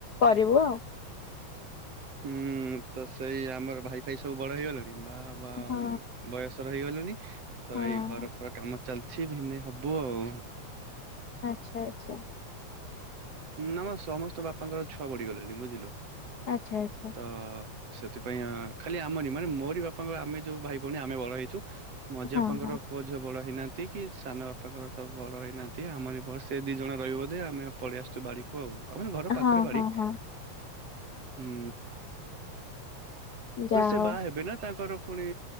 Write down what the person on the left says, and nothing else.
କରିବୁ ଆଉ।
ହଁ
ହଁ।
ଆଚ୍ଛା ଆଚ୍ଛା।
ଆଚ୍ଛା ଆଚ୍ଛା
ହଁ
ହଁ
ହଁ
ହଁ ହଁ
ଯାହା
ହଉ।